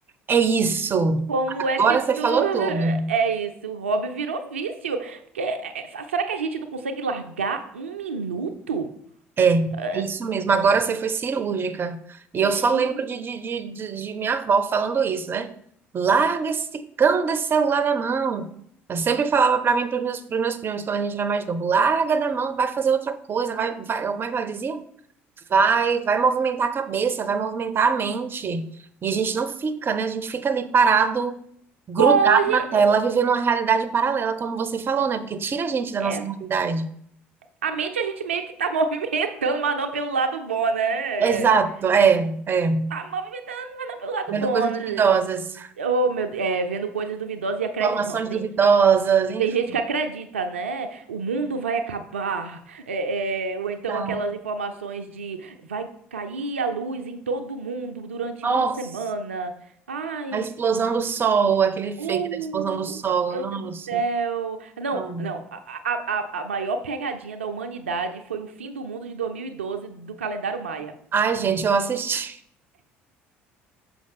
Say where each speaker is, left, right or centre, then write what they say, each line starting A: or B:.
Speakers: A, on the right; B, on the right.
A: É isso.
B: Como é
A: Agora
B: que tu.
A: você falou
B: <laughs>
A: tudo.
B: É isso, o hobby virou vício. Porque, é, é, será que a gente não consegue largar um minuto?
A: É, é
B: Ah,
A: isso mesmo. Agora você foi cirúrgica. E eu
B: Gente,
A: só lembro de, de, de, de- de minha avó falando isso, né? Larga esse cão desse celular da mão. Ela sempre falava pra mim, para os meus, pros meus primos, quando a gente era mais novo, larga da mão, vai fazer outra coisa, vai, vai. Como é que ela dizia? Vai, vai movimentar a cabeça, vai movimentar a mente. E a gente não fica, né? A gente fica ali parado, grudado
B: bom, ge-
A: na tela, vivendo uma realidade paralela, como você falou, né? Porque tira a gente da
B: é,
A: nossa realidade.
B: a mente a gente meio que tá <laughs> movimentando, mas não pelo lado bom, né? É,
A: Exato, é, é.
B: Tá movimentando, mas não pelo lado
A: Vendo
B: bom.
A: coisas
B: né?
A: duvidosas,
B: Oh, meu Deus, é, vendo coisas duvidosas e acreditando.
A: informações
B: Nossa,
A: duvidosas,
B: E
A: enfim.
B: tem gente que acredita, né? O mundo vai acabar. É, é, ou então
A: tá.
B: aquelas informações de vai cair a luz em todo mundo durante
A: Nossa,
B: uma semana. Ai,
A: a explosão do sol, aquele fake
B: uh,
A: da explosão do sol.
B: meu
A: Nossa.
B: Deus do céu. Não,
A: não.
B: não. A, a, a a maior pegadinha da humanidade foi o fim do mundo de 2012 do calendário Maia.
A: Ai, gente, eu assisti.